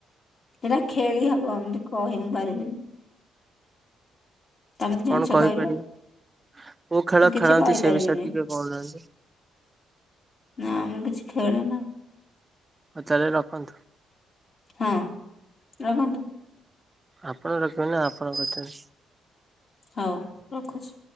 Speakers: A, on the left; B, on the right.
A: ସେଇଟା ଖେଳି ହବ ଏମତି କହି ମୁଁ ପାରିବିନି। ତମେ ତ ଜାଣିଛ
B: କଣ କହିପାରିବେ?
A: କହିଲ।
B: କୋଉ ଖେଳ
A: ମୁଁ କିଛି
B: ଖେଳନ୍ତି
A: କହିପାରିବିନି
B: ସେ ବିଷୟରେ ଟିକେ କହୁନାହାନ୍ତି?
A: ନା ମୁଁ କିଛି ଖେଳେ ନା।
B: ହଉ ତାହେଲେ ରଖନ୍ତୁ।
A: ହଁ ରଖନ୍ତୁ।
B: ଆପଣ ରଖିବେ ନା ଆପଣ କରିଛନ୍ତି।
A: ହଉ ରଖୁଛି।